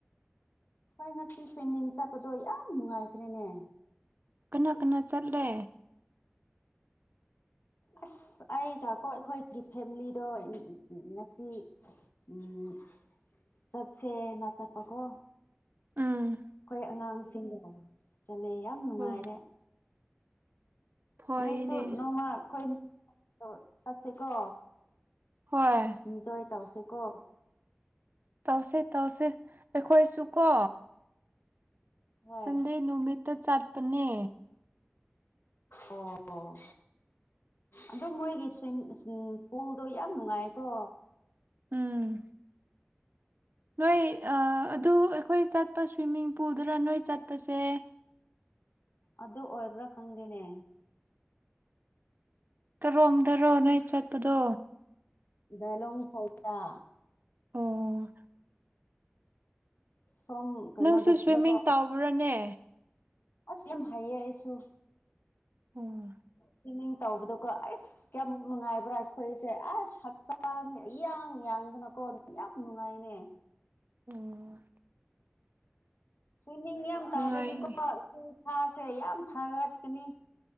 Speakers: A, on the left; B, on the right.
A: ꯍꯣꯏ ꯉꯁꯤ ꯁ꯭ꯋꯤꯏꯃꯤꯡ ꯆꯠꯄꯗꯣ ꯌꯥꯝ ꯅꯨꯡꯉꯥꯏꯈ꯭ꯔꯦꯅꯦ
B: ꯀꯅꯥ ꯀꯅꯥ ꯆꯠꯂꯦ
A: ꯑꯁ ꯑꯩꯒꯀꯣ ꯑꯩꯈꯣꯏꯒꯤ ꯐꯦꯃꯤꯂꯤꯗꯣ ꯉꯁꯤ ꯎꯝ ꯆꯠꯁꯦ ꯅ ꯆꯠꯄꯀꯣ
B: ꯎꯝ
A: ꯈꯣꯏ ꯑꯉꯥꯡꯁꯤꯡꯒ ꯆꯠꯂꯦ ꯌꯥꯝ ꯅꯨꯡꯉꯥꯏꯔꯦ
B: ꯑꯣ ꯍꯣꯏꯅꯦ
A: ꯅꯣꯏꯁꯨ ꯅꯣꯡꯃ ꯈꯣꯏ <inaudible> ꯆꯠꯁꯤꯀꯣ
B: ꯍꯣꯏ
A: ꯏꯟꯖꯣꯏ ꯇꯧꯁꯦꯀꯣ
B: ꯇꯧꯁꯦ ꯇꯧꯁꯦ ꯑꯩꯈꯣꯏꯁꯨ ꯀꯣ
A: ꯍꯣꯏ
B: ꯁꯟꯗꯦ ꯅꯨꯃꯤꯠꯇꯥ ꯆꯠꯄꯅꯦ
A: ꯑꯣ ꯑꯣ ꯑꯗꯨ ꯃꯣꯏꯒꯤ ꯁ꯭ꯋꯤꯝ ꯎꯝ ꯄꯨꯜꯗꯣ ꯌꯥꯝ ꯅꯨꯡꯉꯥꯏꯀꯣ
B: ꯎꯝ ꯅꯣꯏ ꯑꯥ ꯑꯗꯨ ꯑꯩꯈꯣꯏ ꯆꯠꯄ ꯁ꯭ꯋꯤꯃꯤꯡ ꯄꯨꯜꯗꯨꯔꯥ ꯅꯣꯏ ꯆꯠꯄꯁꯦ
A: ꯑꯗꯨ ꯑꯣꯏꯕ꯭ꯔꯥ ꯈꯪꯗꯦꯅꯦ
B: ꯀꯔꯣꯝꯗꯥꯔꯣ ꯅꯣꯏ ꯆꯠꯄꯗꯣ
A: <unintelligible> ꯐꯧꯗ
B: ꯑꯣ
A: ꯁꯣꯝ ꯀꯩꯅꯣꯗꯀꯣ
B: ꯅꯪꯁꯨ ꯁ꯭ꯋꯤꯝꯃꯤꯡ ꯇꯧꯕ꯭ꯔꯥꯅꯦ
A: ꯑꯁ ꯌꯥꯝ ꯍꯩꯌꯦ ꯑꯩꯁꯨ
B: ꯎꯝ
A: ꯁ꯭ꯋꯤꯝꯃꯤꯡ ꯇꯧꯕꯗꯣꯀꯣ ꯑꯩꯁ ꯀꯌꯥꯃꯨꯛ ꯅꯨꯡꯉꯥꯏꯕ꯭ꯔꯥ ꯑꯩꯈꯣꯏꯁꯦ ꯑꯁ ꯍꯛꯆꯥꯡ ꯏ ꯌꯥꯡ ꯌꯥꯡꯗꯅꯀꯣ ꯌꯥꯝ ꯅꯨꯡꯉꯥꯏꯅꯦ
B: ꯑꯣ
A: ꯁ꯭ꯋꯤꯃꯤꯡ ꯌꯥꯝ ꯇꯧꯔꯤꯗꯤꯀꯣ
B: ꯅꯨꯡꯉꯥꯏ
A: ꯑꯩꯈꯣꯏ ꯏꯁꯥꯁꯦ ꯌꯥꯝ ꯐꯔꯛꯀꯥꯅꯤ